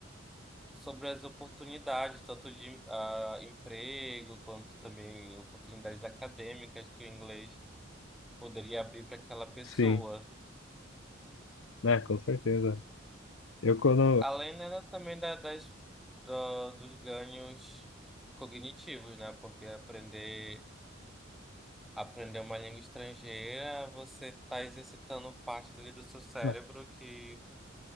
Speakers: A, in the centre; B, on the left (about 75°).
A: sobre as oportunidades, tanto de ah, emprego, quanto também oportunidades acadêmicas que o inglês poderia abrir para aquela pessoa.
B: Sim, né? Com certeza. Eu quando
A: Além, né, também da, das, do- dos ganhos cognitivos, né? Porque aprender, aprender uma língua estrangeira, você está exercitando partes ali do seu cérebro
B: é,
A: que